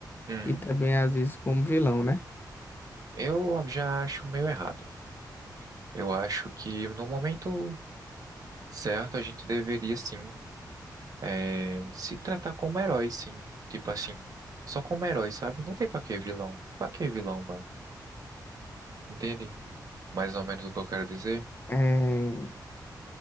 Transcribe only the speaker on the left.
e também, às vezes, como vilão, né?
É...